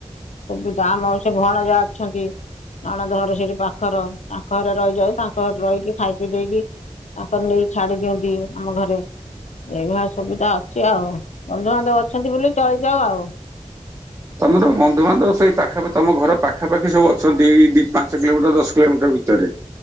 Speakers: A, on the left; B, on the right.
A: ଉପରୁ ଗାଁ ମଉସୀ ଭଣଜା ଅଛନ୍ତି, ନଣନ୍ଦ ଘର ସେଠି ପାଖର। ଆ ଘରେ ରହିଯାଉ ତାଙ୍କ ଘରେ ରହିକି ଖାଇ ପିଇ ଦେଇକି ତାଙ୍କର ନେଇକି ଛାଡି ଦିଅନ୍ତି ଆମ ଘରେ। ଏଇ ଭଳିଆ ସୁବିଧା ଅଛି ଆଉ ବନ୍ଧୁବାନ୍ଧବ ଅଛନ୍ତି ବୋଲି ଚଳିଯାଉ ଆଉ।
B: ତମ ତୋ ବନ୍ଧୁ ଗଣତକ ସେଇ ପାଖାପାଖି ତମ ଘର ପାଖାପାଖି ସବୁ ଅଛନ୍ତି ଏ ଦି ପାଞ୍ଚ କିଲୋମିଟର ଦଶ କିଲୋମିଟର ଭି ଭିତରେ।